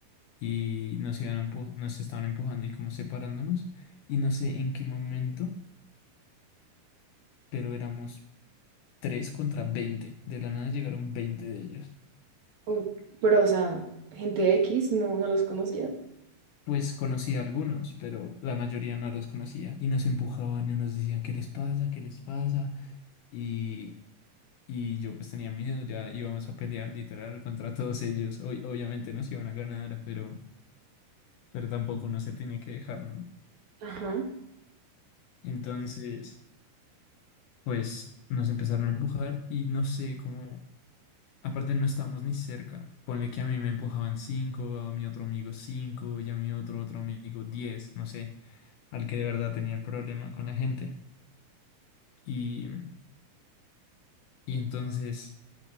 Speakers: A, on the left; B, on the right.
A: y nos iban a empu- nos estaban empujando y como separándonos y no sé en qué momento, pero éramos 3 contra veinte De la nada llegaron 20 de ellos.
B: Mm, Pero, o sea, gente X, no, no los conocías.
A: Pues conocía algunos, pero la mayoría no los conocía. Y nos empujaban y nos decían, ¿qué les pasa? ¿Qué les pasa? Y, y yo pues tenía miedo, ya íbamos a pelear literal contra todos ellos. Ob- obviamente nos iban a ganar, pero, pero tampoco uno se tiene que dejar, ¿no?
B: Ajá.
A: Entonces, pues nos empezaron a empujar y no sé cómo Aparte no estábamos ni cerca. Ponle que a mí me empujaban cinco, a mi otro amigo cinco y a mi otro otro amigo diez, no sé, al que de verdad tenía el problema con la gente. Y, y entonces,